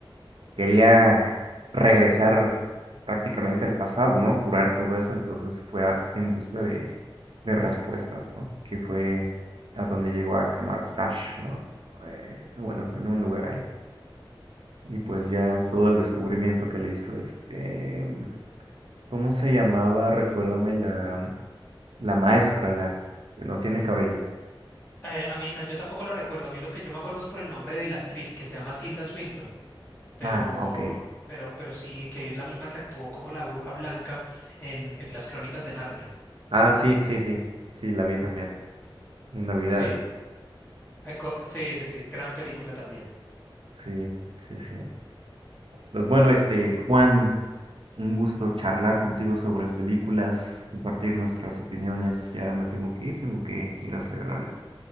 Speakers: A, on the right (about 80°); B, on the left (about 20°).
A: quería regresar prácticamente al pasado, ¿no? Curar todo eso, entonces fue a- en busca de, de respuestas, ¿no? Que fue a donde llegó a Kamartash, ¿no? Eh, bueno, en un lugar ahí. Y pues ya todo el descubrimiento que le hizo este, ¿cómo se llamaba? Recuérdame la, la maestra, la que no tiene cabello.
B: eh, a mí, yo tampoco lo recuerdo. A mí lo que yo me acuerdo es por el nombre de la actriz que se llama Tilda Swinton, pero,
A: Ah, ok.
B: pero, pero sí, que es la misma que actuó como la Bruja Blanca en, en las Crónicas de Narnia.
A: Ah, sí, sí, sí, sí, la vi también. Inolvidable.
B: Sí, eh, co- sí, sí, sí, gran película también.
A: Sí, sí, sí. Pues bueno, este, Juan, un gusto charlar contigo sobre películas, compartir nuestras opiniones. Ya me tengo que ir, tengo que ir a hacer algo.